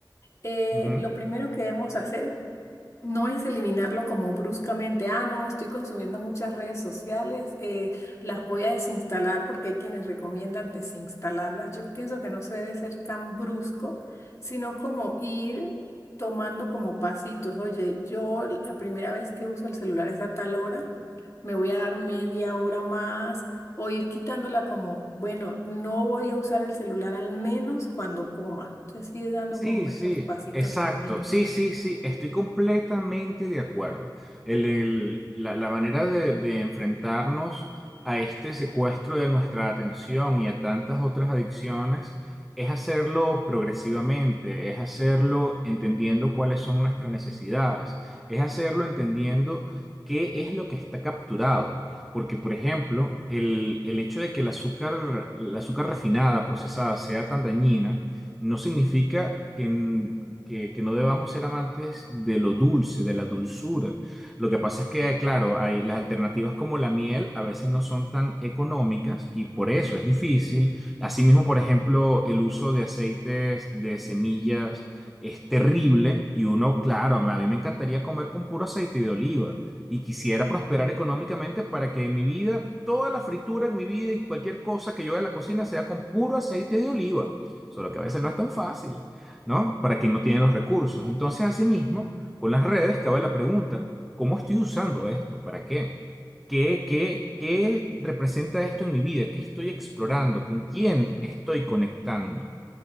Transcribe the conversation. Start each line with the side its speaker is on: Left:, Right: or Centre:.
Left: eh,
Centre: Ujú.
Left: lo primero que debemos hacer No es eliminarlo como bruscamente, ah, no, estoy consumiendo muchas redes sociales, eh, las voy a desinstalar porque hay quienes recomiendan desinstalarlas. Yo pienso que no se debe ser tan brusco, sino como ir tomando como pasitos. Oye, yo la primera vez que uso el celular es a tal hora, me voy a dar media hora más o ir quitándola como, bueno, no voy a usar el celular al menos cuando coma. Entonces, sí ir dando
Centre: Sí,
Left: como esos
Centre: sí,
Left: pasitos
Centre: exacto.
Left: pequeños.
Centre: Sí, sí, sí, estoy completamente de acuerdo. El- el- la, la manera de, de enfrentarnos a este secuestro de nuestra atención y a tantas otras adicciones es hacerlo progresivamente, es hacerlo entendiendo cuáles son nuestras necesidades, es hacerlo entendiendo qué es lo que está capturado. Porque, por ejemplo, el, el hecho de que el azúcar, la azúcar refinada, procesada, sea tan dañina, no significa que, que- que no debamos ser amantes de lo dulce, de la dulzura. Lo que pasa es que, claro, hay, las alternativas como la miel a veces no son tan económicas y por eso es difícil. Asimismo, por ejemplo, el uso de aceites de semillas es terrible y uno, claro, a mí me encantaría comer con puro aceite de oliva. Y quisiera prosperar económicamente para que en mi vida, toda la fritura en mi vida y cualquier cosa que yo haga en la cocina sea con puro aceite de oliva. Solo que a veces no es tan fácil, ¿no? Para quien no tiene los recursos. Entonces, asimismo, con las redes cabe la pregunta, ¿cómo estoy usando esto? ¿Para qué? ¿Qué, qué, qué representa esto en mi vida? ¿Qué estoy explorando? ¿Con quién estoy conectando?